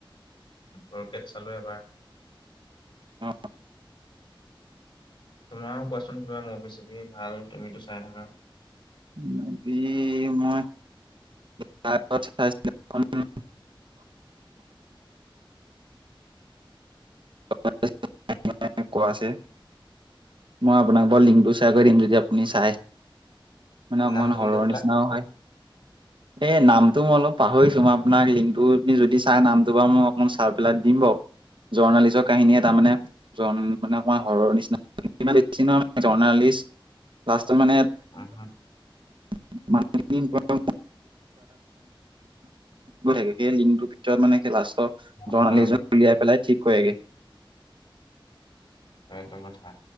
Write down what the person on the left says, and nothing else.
পৰকেট চালো এবাৰ।
তোমাৰো কোৱাচোন কিবা মুভি-চুভি ভাল, তুমিতো চাই থাকা।
নামটো
কি কৈছিলা?
<inaudible>
উউ।
অ,
এইটো কথা।